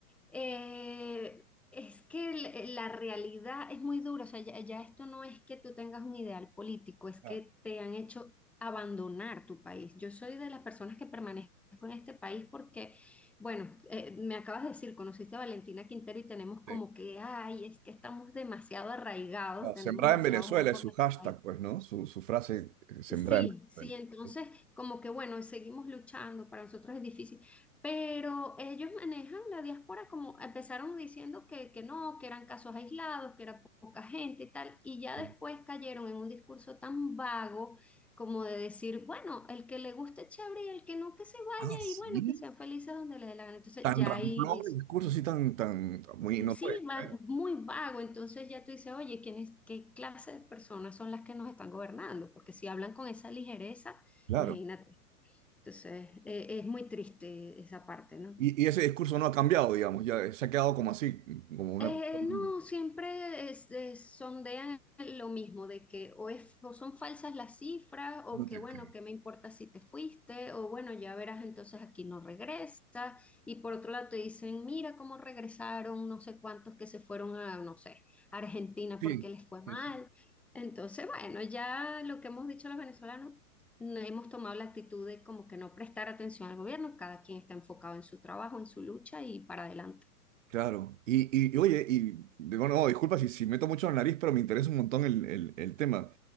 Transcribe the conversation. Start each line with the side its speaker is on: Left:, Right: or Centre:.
Centre: eh, es que el- eh, la realidad es muy dura. O sea, ya, ya esto no es que tú tengas un ideal político, es
Right: claro,
Centre: que te han hecho abandonar tu país. Yo soy de las personas que permanezco en este país porque bueno, eh, me acabas de decir, conociste a Valentina Quintero y tenemos
Right: sí.
Centre: como que, ay, es que estamos demasiado arraigados,
Right: No,
Centre: tenemos
Right: sembrar
Centre: demasiado
Right: en Venezuela
Centre: amor por
Right: es su
Centre: nuestro
Right: hashtag,
Centre: país.
Right: pues, ¿no? Su, su frase, eh, sembrar
Centre: Sí,
Right: en Venezuela.
Centre: sí, entonces
Right: Sí,
Centre: como que bueno, seguimos luchando, para nosotros es difícil, pero ellos manejan la diáspora como empezaron diciendo que, que no, que eran casos aislados, que era poca gente y tal, y ya
Right: sí.
Centre: después cayeron en un discurso tan vago como de decir, bueno, el que le guste chévere y el que no, que se vaya
Right: Ah, sí.
Centre: y bueno, que sean felices donde le dé la gana. Entonces
Right: Tan
Centre: ya
Right: ramplón
Centre: ahí es
Right: el discurso, sí, tan, tan, tan- muy, no
Centre: Sí,
Right: puede
Centre: va-
Right: ser,
Centre: muy vago, entonces ya tú dices, oye, ¿quién es- qué clase de personas son las que nos están gobernando? Porque si hablan con esa ligereza,
Right: claro.
Centre: imagínate. Entonces, eh, es muy triste esa parte, ¿no?
Right: Y, y ese discurso no ha cambiado, digamos, ya se ha quedado como así, como una...
Centre: Eh,
Right: cuestión-
Centre: no, siempre es- es- sondean lo mismo, de que o, es- o son falsas las cifras, o
Right: No
Centre: que
Right: te
Centre: bueno,
Right: creo.
Centre: ¿qué me importa si te fuiste? O bueno, ya verás, entonces aquí no regresa. Y por otro lado te dicen, mira cómo regresaron, no sé cuántos que se fueron a, no sé, Argentina
Right: Sí,
Centre: porque les fue
Right: sí,
Centre: mal.
Right: sí.
Centre: Entonces, bueno, ya lo que hemos dicho los venezolanos, no hemos tomado la actitud de como que no prestar atención al gobierno, cada quien está enfocado en su trabajo, en su lucha y para adelante.
Right: Claro. Y, y, y oye, y, de- bueno, no, disculpa si, si meto mucho la nariz, pero me interesa un montón el, el- el tema.